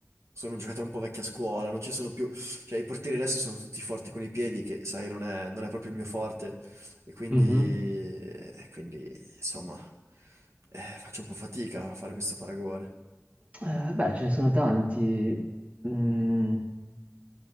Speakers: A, on the right (about 75°); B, on the right (about 30°).
A: sono un giocatore un po' vecchia scuola, non ci sono più, cioè i portieri adesso sono tutti forti con i piedi, che, sai, non è, non è proprio il mio forte, e quindi,
B: Mhm.
A: e quindi, insomma, eh, faccio un po' fatica a fare questo paragone.
B: Eh, beh, ce ne sono tanti. Mm,